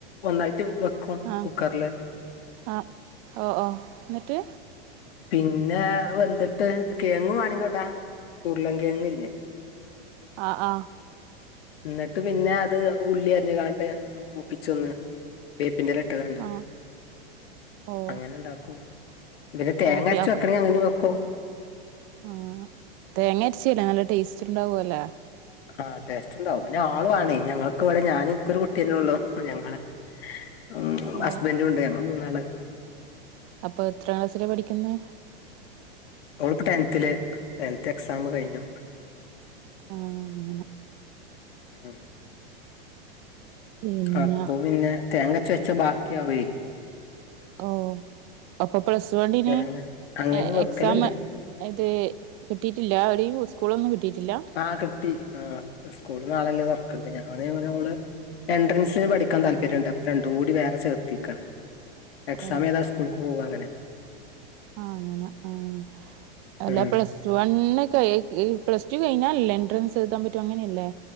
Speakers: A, on the left; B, on the right.
A: ഒന്നായിട്ട് ക്കും
B: ആഹ്
A: കുക്കർല്
B: ആഹ് ഓഹ് ഓഹ് ഇന്നട്ട്
A: പിന്നെ വെന്ത്‌ട്ട് കിയങ്ങ് വേണൻങ്കി ഇടാ ഉരുളൻ കിയങ്ങെ
B: ആഹ് ആഹ്
A: ഇന്നട്ട് പിന്നെ അത് ഉള്ളി അര്ഞ് കാണ്ട് മൂപ്പിച്ചൊന്ന് വേപ്പിന്റെല ഇട്ട്ക്കാണ്ട്
B: ആഹ് ഓ
A: അങ്ങനെണ്ടാക്കും പിന്നെ തേങ്ങരച്ച്
B: ആ പി
A: വെക്കണെങ്കി അങ്ങനിം വെക്കും
B: ആഹ് തേങ്ങരിച്ചില്ലെ നല്ല ടേസ്റ്റ്ണ്ടാവുല്ലേ
A: ആഹ് ടേസ്റ്റ്ണ്ടാവും പിന്നാള് വാണെ ഞങ്ങക്ക് ഇവടെ ഞാനും ഇൻക്കൊരു കുട്ടിയന്നെ ഒള്ളൂ ഞങ്ങള് ഉം
B: ഓ
A: ഹസ്ബന്റുണ്ട് ഞങ്ങള് മൂന്നാള്
B: അപ്പ എത്രാ ക്ലാസ്സിലാ പഠിക്കുന്നേ?
A: ഓള്പ്പോ ടെൻത്തില് ടെൻത്ത് എക്സാം കഴിഞ്ഞു
B: ആഹ് അങ്ങന
A: ആഹ്
B: പിന്നെ
A: അപ്പൊ പിന്നെ തേങ്ങരച്ച് വെച്ചാ ബാക്കിയാവേ
B: ഓ അപ്പൊ പ്ലസ് വണ്ണിന്
A: തേങ്ങ അങ്ങനെയും വെക്കലുണ്ട്
B: എക്സാം ഇത് കിട്ടിട്ടില്ല എവിടിം സ്കൂളൊന്നും കിട്ടിട്ടില്ല?
A: ആഹ് കിട്ടി ആഹ് സ്കൂള് നാളെല്ലേ തൊർക്ക്ണ്ട് ഞാന് <unintelligible> ഓള് എൻട്രൻസിന് പഠിക്കാൻ താല്പര്യണ്ട് അപ്പം രണ്ടും കൂടി വേറെ ചേർത്തെക്കാണ് എക്സാം
B: ഓ
A: എയ്താന് സ്കൂൾക്ക് പോവും അങ്ങനെ
B: ആഹ് അങ്ങനെ ആഹ് അല്ലാ
A: ഉം
B: പ്ലസ് ടുവണ്ണ് കയ്യ് പ്ലസ്ടു കഴിഞ്ഞാലല്ലേ എൻട്രൻസി എഴുതാൻ പറ്റു അങ്ങനെല്ലേ